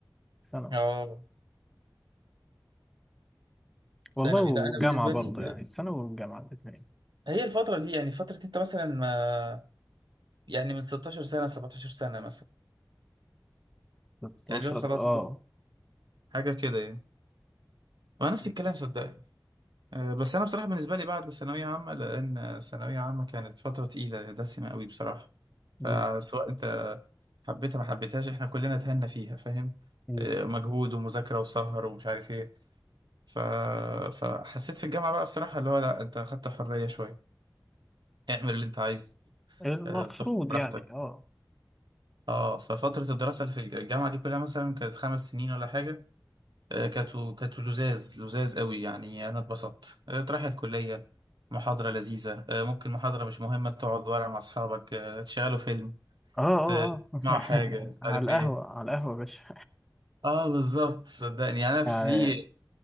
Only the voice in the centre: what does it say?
ثانوي
والله
والجامعة
برضه
يعني الثانوي والجامعة الاثنين
16
اه
<laughs>
مم.
مم.
المفروض
يعني اه
اه اه
اه <laughs>
على
القهوة
على القهوة يا باشا
يعني